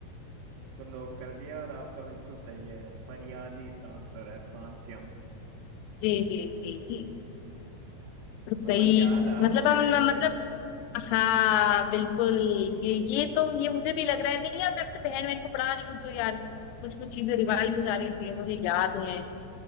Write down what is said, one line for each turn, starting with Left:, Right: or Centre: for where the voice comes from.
Right: इसको लॉक कर दिया और आपका बिल्कुल सही है फरियाद ही इसका आंसर है फ्रांसियम
Left: जी जी जी जी तो सही
Right: मतलब याद है आपको
Left: मतलब
Right: पीरियडिक
Left: हम
Right: टेबल
Left: मतलब हाँ बिल्कुल ये ये तो ये मुझे भी लग रहा है नहीं अब मैं अपनी बहन बहन को पढ़ा रही हूँ तो यार कुछ कुछ चीजें रिवाइज हो जा रही थी मुझे याद है